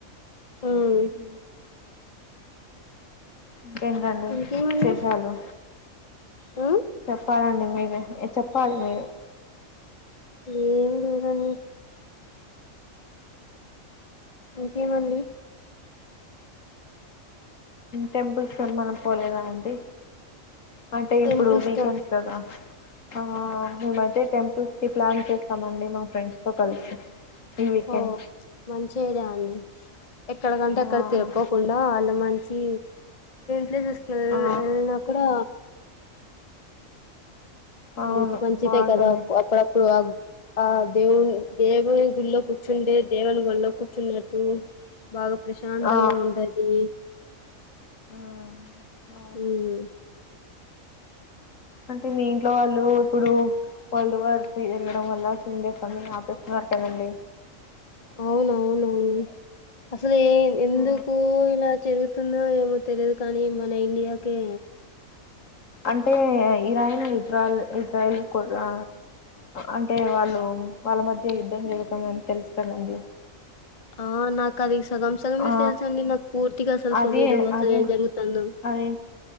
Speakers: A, on the left; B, on the left.
A: మ్మ్
B: ఉ ఇంకేంటండి
A: ఇంకేమండి
B: విశేషాలు
A: మ్మ్
B: చెప్పాలండి మీరు చెప్పాలి మీరే
A: ఏం లేదండి ఇంకే మండి
B: టెంపుల్స్ కి ఏ మన్న పోలేలా అండి అంటే
A: టెంపుల్స్
B: ఇప్పుడు వీకెండ్స్
A: క
B: కదా ఆ మేమైతే టెంపుల్స్ కి ప్లాన్ చేస్తామండి మా ఫ్రెండ్స్ తో కలిసి ఈ వీకెండ్
A: హొ మంచి ఐడియా అండి ఎక్కడకంటే
B: ఆ
A: అక్కడికి తిరుక్కో కుండా ఆళ్ళ మంచి ప్లేసెస్ ల్
B: ఆ
A: ఎళ్నా కూడా
B: అవును
A: మనకి మంచిదే
B: బాగుంటుంది
A: కదా అప్పుడప్పుడు ఆ ఆ దేవు దేవుని గుల్లో కూర్చుండే దేవుని వోల్లో కూర్చున్నట్టు బాగా ప్రశాంతంగా
B: ఆ
A: ఉంటది హ్
B: ఉమ్ అవునండి అంటే మీ ఇంట్లో వాళ్ళు ఇప్పుడు వరల్డ్ వార్ రు జరగడం వల్ల ముందే అన్నీ ఆపేస్తున్నారు. కదండి
A: అవునవును అండి సలె ఎందుకు
B: ఆ
A: ఇలా జరుగుతుందో ఏమో తెలియదు కానీ మన ఇండియాకే
B: అంటే ఇరాయిన్ ఇజ్రాల్ ఇజ్రాయిల్ కూడా అంటే వాళ్ళు వాళ్ళ మధ్య యుద్ధం జరుగుతంది అని తెలుసు కదండి.
A: ఆ నాకు అది ఇస్త సగం సగమే
B: ఆ
A: తెలుసు అండి నాకు పూర్తిగా అసలు
B: అదే
A: తెలియదు అసలు
B: అదే
A: ఏం జరుగుతుందో
B: అదే